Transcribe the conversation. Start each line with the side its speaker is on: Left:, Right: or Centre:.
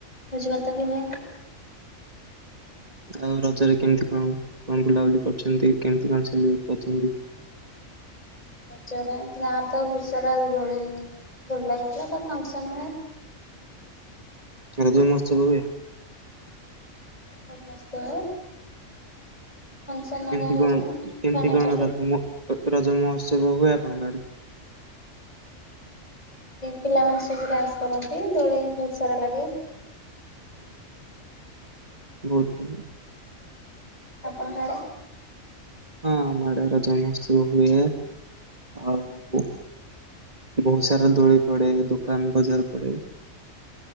Left: ଭୋଜି ଭାତ ବି ହୁଏ।
Right: ଆଉ ରଜରେ କେମିତି କଣ କଣ ବୁଲାବୁଲି କରିଛନ୍ତି? କେମିତି କଣ ସେଲିବ୍ରେଟ୍ କରିଚନ୍ତି?
Left: ରଜରେ ଗାଁ ତ ଘୁସରା ଦୋଳି ଦୋଳି ଲାଗିଥିଲା ତ ଫଙ୍କସନ ହୁଏ।
Right: ରଜ ମହୋତ୍ସବ ହୁଏ?
Left: ବହୁତ ମସ୍ତ। ଫଙ୍କସନ ହେରିକା
Right: କେମତି
Left: ହୁଏ
Right: କଣ
Left: ସବୁ
Right: କେମତି
Left: ଛୁଆ ନାଚନ୍ତି।
Right: କଣ ରଜ ମ ରଜ ମହୋତ୍ସବ ହୁଏ ଆପଣଙ୍କ ଆଡେ?
Left: ପିଲାମାନେ ସବୁ ଡ୍ୟାନ୍ସ କରନ୍ତି ଦୋଳି ବହୁତ ସାରା ଲାଗେ
Right: ବହୁତ
Left: ଆପଣଙ୍କ ଆଡ଼େ।
Right: ହଁ ଆମ ଆଡ଼େ ରଜ ମହୋତ୍ସବ ହୁଏ। ଆଉ ବହୁତ ସାରା ଦୋଳି ପଡେ ଦୋକାନ ବଜାର ପଡେ।